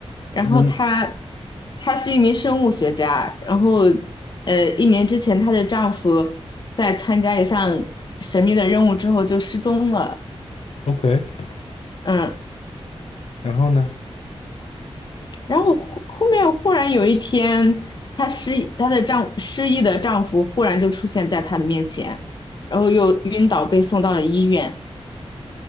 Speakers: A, on the left (about 45°); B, on the left (about 60°).
A: 然后她
B: 那
A: 她是一名生物学家，然后呃一年之前她的丈夫在参加一项神秘的任务之后就失踪了。
B: OK，
A: 嗯，
B: 然后呢？
A: 然后忽后面忽然有一天，她失她的丈失忆的丈夫忽然就出现在她的面前，然后又晕倒被送到了医院。